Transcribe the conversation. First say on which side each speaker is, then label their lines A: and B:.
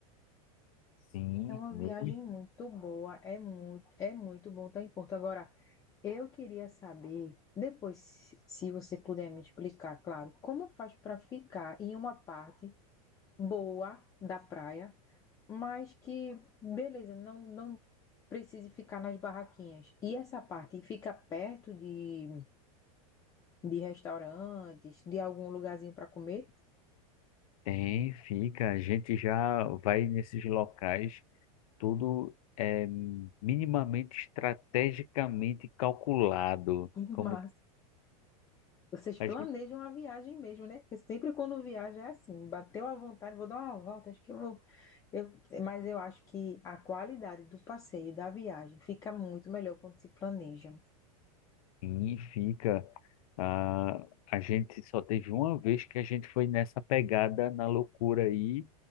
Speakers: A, on the left; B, on the left.
A: sim,
B: É uma
A: muito.
B: viagem muito boa, é muito, é muito bom estar em Porto. Agora, eu queria saber, depois, se se você puder me explicar, claro, como faz para ficar em uma parte boa da praia, mas que, beleza, não, não precise ficar nas barraquinhas. E essa parte fica perto de, de restaurantes, de algum lugarzinho para comer?
A: Tem, fica. A gente já vai nesses locais, tudo é minimamente estrategicamente calculado.
B: <laughs>
A: Como
B: Mas vocês planejam
A: a gente
B: a viagem mesmo, né? Porque sempre quando viaja é assim, bateu à vontade, vou dar uma volta, acho que eu vou. Eu, mas eu acho que a qualidade do passeio, da viagem, fica muito melhor quando se planeja.
A: Sim, fica. Ah, a gente só teve uma vez que a gente foi nessa pegada na loucura aí